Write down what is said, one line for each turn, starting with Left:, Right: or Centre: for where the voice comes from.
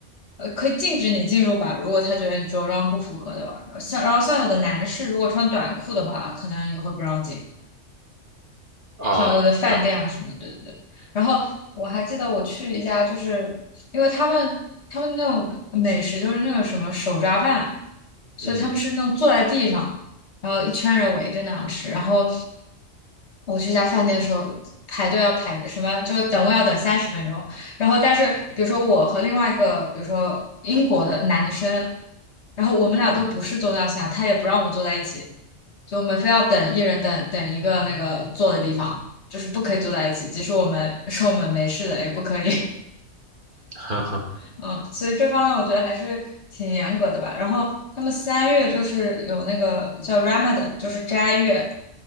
Left: 呃，可以禁止你进入吧。如果他觉得你着装不符合的话，像然后像有的男士如果穿短裤的话，可能也会不让进。
Right: 啊，
Left: 像有的饭店啊什么的，
Right: 这样子。
Left: 对对对。然后我还记得我去一家，就是因为他们他们那种美食就是那个什么手抓饭，所以他们是那种坐在地上，
Right: 嗯
Left: 然后一圈人围着那样吃。然后我去一家饭店的时候，排队要排什么，就等位要等三十分钟。然后但是比如说我和另外一个，比如说英国的男生，然后我们俩都不是宗教信仰，
Right: 嗯，
Left: 他也不让我们坐在一起。就我们非要等一人等等一个那个坐的地方，就是不可以坐在一起，即使我们说 <laughs> 我们没事的，也不可以。
Right: <laughs> 呵呵
Left: <laughs> 嗯，所以这方面我觉得还是挺严格的吧。然后他们三月就是有那个叫 Ramadan，就是斋月，